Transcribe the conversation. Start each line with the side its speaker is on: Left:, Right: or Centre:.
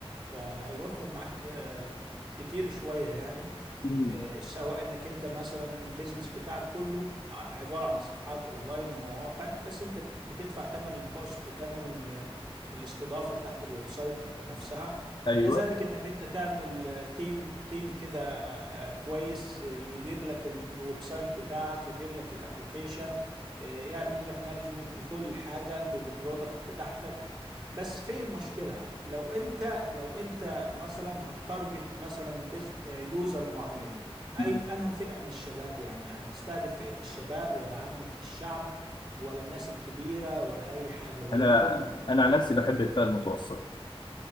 Right: فهيوفر معاك آه، كتير شوية يعني
Left: مم.
Right: آه، سواء انك انت مثلا البيزنس بتاعك كله ع- عبارة عن صفحات اونلاين ومواقع بس انت بتدفع ثمن الهوست وثمن ال- الاستضافة بتاعت الويب سايت نفسها
Left: ايوه
Right: وكذلك انك انت تعمل آه، تيم تيم كده آه، آه، كويس آه، يدير لك الويب سايت بتاعك يدير لك الابليكيشن آه، يعمل لك مانجمنت لكل حاجة للبرودكت بتاعتك بس في مشكلة لو انت لو انت مثلا هتارجت مثلا بز... آه، يوزر معين اي
Left: مم.
Right: انه فئة من الشباب يعني هتستهدف فئة الشباب ولا عامة الشعب ولا الناس الكبيرة ولا اي حاجة ولا
Left: انا
Right: الكل
Left: انا عن نفسي بحب الفئه المتوسطه